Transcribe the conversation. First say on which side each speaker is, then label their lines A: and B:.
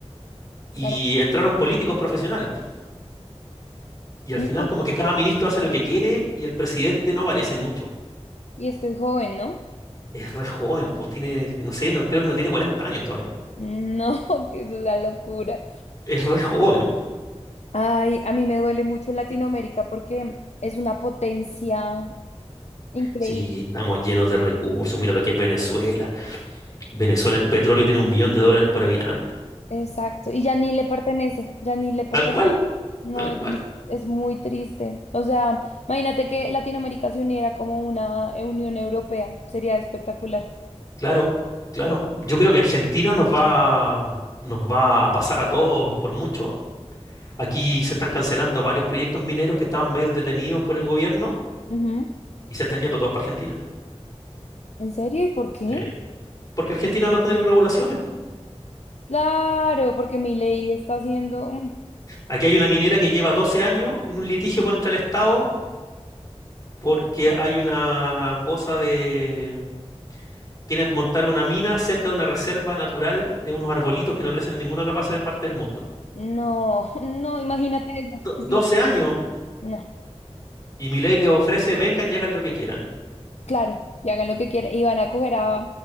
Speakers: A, on the left; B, on the left.
A: y
B: para...
A: entraron políticos profesionales. po. Y
B: No,
A: al final como que cada ministro hace lo que quiere y el presidente no aparece mucho.
B: y es que es joven, ¿no?
A: Es re joven, pues tiene, no sé, no, creo que no tiene 40 años todavía.
B: No, <laughs> que eso es una locura.
A: Es re joven.
B: Ay, a mí me duele mucho Latinoamérica porque es una potencia increíble.
A: Sí, estamos llenos de recursos. Mira lo que es Venezuela. Venezuela en petróleo tiene un millón de dólares por habitante.
B: Exacto, y ya ni le pertenece, ya ni le pertenece.
A: Tal cual,
B: No,
A: tal cual.
B: es muy, es muy triste. O sea, imagínate que Latinoamérica se uniera como una eh, Unión Europea, sería espectacular.
A: Claro, claro. Yo creo que Argentina nos va, nos va a pasar a todos por mucho. Aquí se están cancelando varios proyectos mineros que estaban medios detenidos por el gobierno
B: Ujú.
A: y se están yendo todos para Argentina.
B: ¿En serio? ¿Y por qué?
A: Sí. Porque Argentina no tiene regulaciones.
B: Claro, porque mi ley está haciendo... mm,
A: Aquí hay una minera que lleva 12 años en un litigio contra el Estado porque
B: <laughs>
A: hay una cosa de... Quieren montar una mina cerca de una reserva natural de unos arbolitos que no crecen en ninguna otra parte en parte del mundo.
B: No, no, imagínate eso.
A: Do-
B: es
A: 12
B: lo que-
A: años
B: No,
A: y Milei les ofrece, vengan y hagan lo que quieran.
B: claro, y hagan lo que quieran. Y van a coger a...